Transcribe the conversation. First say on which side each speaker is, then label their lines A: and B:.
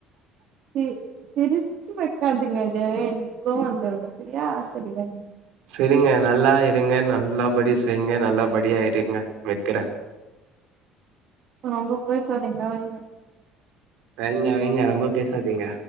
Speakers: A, on the right (about 55°); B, on the right (about 80°).
A: சி சிரிச்சு வெக்காதிங்கங்க எனக்கு கோவ் வந்துடு சரியா சரி வைங்க
B: சரிங்க நல்லா இருங்க நல்லபடி செய்ங்க நல்லபடியா இருங்க வெக்கற
A: ரொம்ப பேசாதீங்க வைங்க
B: வைங்க வைங்க ரொம்ப பேசாதீங்க